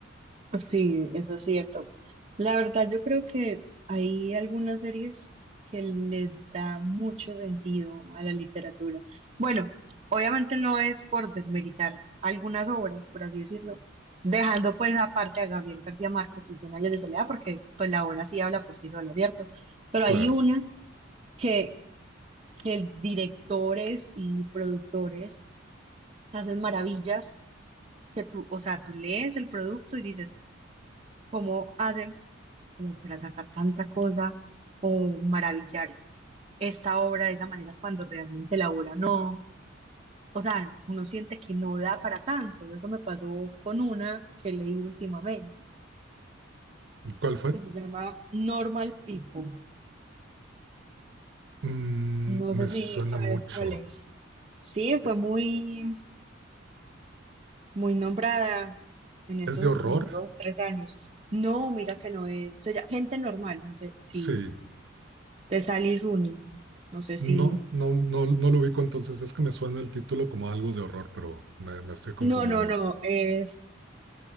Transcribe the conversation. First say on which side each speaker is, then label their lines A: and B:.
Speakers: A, on the right; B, on the right.
A: Sí, eso es cierto. La verdad, yo creo que hay algunas series que le da mucho sentido a la literatura. Bueno, obviamente no es por desmeritar algunas obras, por así decirlo, dejando pues aparte a Gabriel García Márquez y Cien años de soledad, porque pues la obra sí habla por sí sola, ¿cierto? Pero hay
B: Claro.
A: unas que, que directores y productores hacen maravillas que tú, o sea, tú lees el producto y dices, ¿cómo hacen? como para sacar tanta cosa o maravillar esta obra de esa manera cuando realmente la obra no, o sea, uno siente que no da para tanto. Eso me pasó con una que leí últimamente,
B: ¿Cuál fue?
A: que se llama Normal People.
B: Mm,
A: No
B: me
A: sé si
B: suena
A: sabes
B: mucho.
A: cuál es. Sí, fue
B: Eh,
A: muy, muy nombrada en estos
B: ¿Es de
A: últimos
B: horror?
A: dos, tres años. No, mira que no es, se llama Gente Normal, no sé si,
B: Sí.
A: de Sally Rooney, no sé si,
B: No, no, no, no lo ubico entonces. Es que me suena el título como algo de horror, pero me, me estoy confundiendo.
A: no, no, no, es